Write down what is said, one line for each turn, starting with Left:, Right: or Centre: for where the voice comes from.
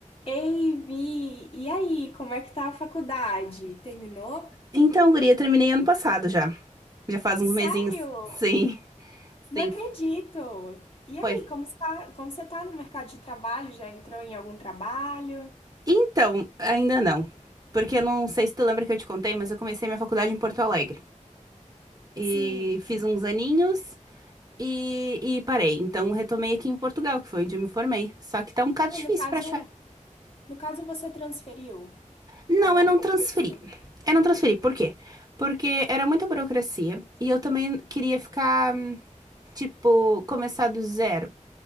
Left: Ei, Vi, e aí, como é que tá a faculdade? Terminou?
Right: Então, guria, terminei ano passado já. Já faz
Left: Sério?
Right: uns mesinhos. Sim,
Left: Não
Right: sim,
Left: acredito! E aí,
Right: foi.
Left: como você tá, como você tá no mercado de trabalho? Já entrou em algum trabalho?
Right: Então, ainda não. Porque eu não sei se tu lembra que eu te contei, mas eu comecei minha faculdade em Porto Alegre. E
Left: Sim.
Right: fiz uns aninhos e, e parei. Então, retomei aqui em Portugal, que foi onde eu me formei. Só que tá um bocado
Left: Ah,
Right: difícil
Left: no caso,
Right: pra achar.
Left: no caso você transferiu.
Right: Não,
Left: Ah,
Right: eu não transferi.
Left: o curso.
Right: Eu não transferi. Por quê? Porque era muita burocracia e eu também queria ficar, hum, tipo, começar do zero.